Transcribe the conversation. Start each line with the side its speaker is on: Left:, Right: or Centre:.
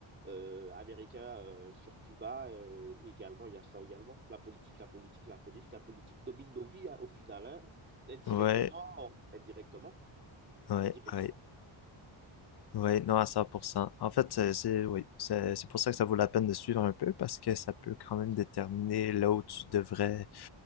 Right: euh, américain euh, sur Cuba euh, également, il y a ça également. La politique, la politique, la politique, la politique domine nos vies hein, au final, hein, indirectement,
Left: Ouais,
Right: indirectement,
Left: ouais,
Right: indirectement.
Left: ouais. Ouais, non, à 100%. En fait, c'est, c'est- oui, c'est, c'est pour ça que ça vaut la peine de suivre un peu, parce que ça peut quand même déterminer là où tu devrais